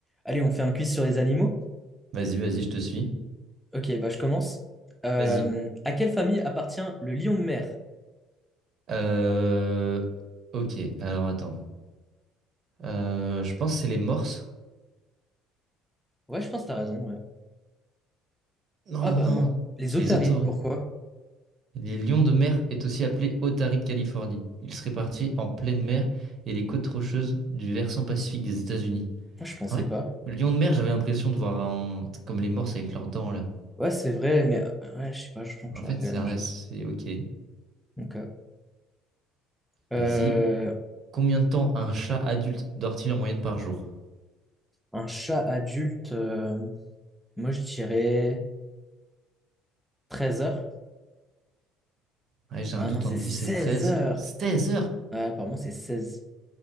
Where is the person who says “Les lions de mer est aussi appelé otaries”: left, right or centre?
Right